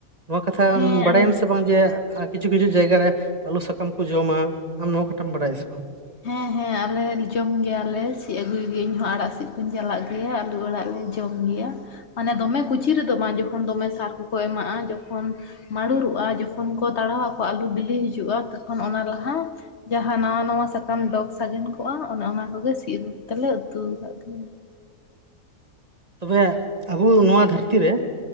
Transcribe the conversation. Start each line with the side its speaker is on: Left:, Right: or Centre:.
Right: ᱱᱚᱣᱟ ᱠᱟᱛᱷᱟᱢ
Left: ᱦᱮᱸ
Right: ᱵᱟᱰᱟᱭ
Left: ᱟᱞᱮ
Right: ᱟᱢ ᱥᱮ ᱵᱟᱝ? ᱡᱮ ᱟ ᱠᱤᱪᱷᱩ ᱠᱤᱪᱷᱩ ᱡᱟᱭᱜᱟ ᱨᱮ ᱟᱞᱩ ᱥᱟᱠᱟᱢ ᱠᱚ ᱡᱚᱢᱼᱟ ᱟᱢ ᱱᱚᱣᱟ ᱠᱟᱛᱷᱟᱢ ᱵᱟᱰᱟᱭᱟ ᱥᱮ ᱵᱟᱝ?
Left: ᱦᱮᱸ-ᱦᱮᱸ, ᱟᱞᱮ ᱡᱚᱢ ᱜᱮᱭᱟ ᱞᱮ ᱥᱤᱜ ᱟᱹᱜᱩᱭ ᱜᱤᱭᱟᱹᱧ ᱤᱧ ᱦᱚᱸ ᱟᱲᱟᱜ ᱥᱤᱜ ᱠᱩᱧ ᱪᱟᱞᱟᱜ ᱜᱮᱭᱟ ᱟᱞᱩ ᱚᱲᱟᱜ ᱡᱚ ᱡᱚᱢ ᱜᱮᱭᱟ ᱢᱟᱱᱮ ᱫᱚᱢᱮ ᱠᱩᱪᱤ ᱨᱮᱫᱚ ᱵᱟᱝ, ᱡᱚᱠᱷᱚᱱ ᱫᱚᱢᱮ ᱥᱟᱨ ᱠᱚᱠᱚ ᱮᱢᱟᱜᱼᱟ ᱡᱚᱠᱷᱚᱱ ᱢᱟᱹᱲᱩᱨᱚᱜᱼᱟ ᱡᱚᱠᱷᱚᱱ ᱠᱚ ᱛᱟᱲᱟᱣ ᱟᱠᱚ ᱟᱹᱞᱩ ᱵᱤᱞᱤ ᱦᱤᱡᱩᱜᱼᱟ ᱛᱚᱠᱷᱚᱱ ᱚᱱᱟ ᱞᱟᱦᱟ ᱾ ᱡᱟᱦᱟᱸ ᱱᱟᱣᱟ ᱱᱟᱣᱟ ᱥᱟᱠᱟᱢ ᱰᱚᱜᱽ ᱥᱟᱜᱮᱱ ᱠᱚᱜᱼᱟ ᱚᱱᱮ ᱚᱱᱟ ᱠᱚ ᱜᱮ ᱥᱤᱫ ᱟᱹᱜᱩ ᱠᱟᱛᱮ ᱞᱮ ᱩᱛᱩ ᱠᱟᱜ ᱜᱮᱭᱟ ᱾
Right: ᱛᱚᱵᱮ ᱟᱵᱩ ᱱᱚᱣᱟ ᱫᱷᱟᱹᱨᱛᱤ ᱨᱮ